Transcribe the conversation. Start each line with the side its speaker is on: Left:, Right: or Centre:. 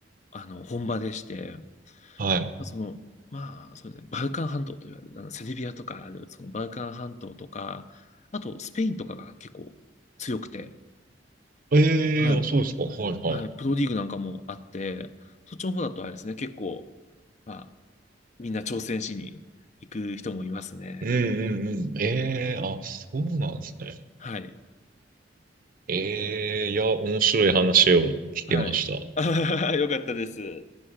Left: あの、本場でして、ま
Right: はい。
Left: あ、その、まあ、そうですね、バルカン半島と言われる、あのセルビアとかある、そのバルカン半島とか、あとスペインとかが結構強くて、
Right: ええー、
Left: はい、
Right: あ、そうですか。はい、はい。
Left: はい、プロリーグなんかもあって、そっちの方だとあれですね、結構、まあ、みんな挑戦しに行く人もいますね。
Right: うん、うん、うん。ええー、あ、そうなんですね。
Left: はい。
Right: ええいや、面白い話を聞きました。
Left: はい。<laughs> よかったです。